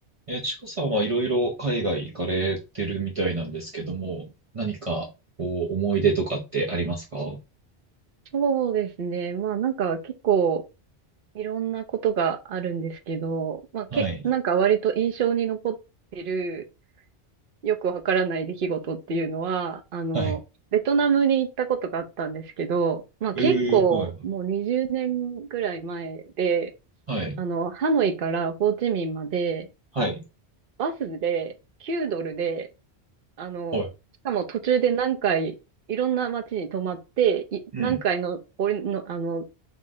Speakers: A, on the right; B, on the right.
A: えー、ちかさんはいろいろ海外行かれてるみたいなんですけども、何かこう思い出とかってありますか
B: そうですね。まあなんか結構いろんなことがあるんですけど、まあけ、
A: はい。
B: なんか割と印象に残ってるよくわからない出来事っていうのは、あの、
A: はい。
B: ベトナムに行ったことがあったんですけど、まあ結構もう20年ぐらい前で、
A: えー、はい。はい。
B: あの、ハノイからホーチミンまで
A: はい。
B: バスで9ドルで、あの、
A: はい。
B: しかも途中で何回いろんな街に泊まって、い何回の、
A: うん。
B: 俺の、あの、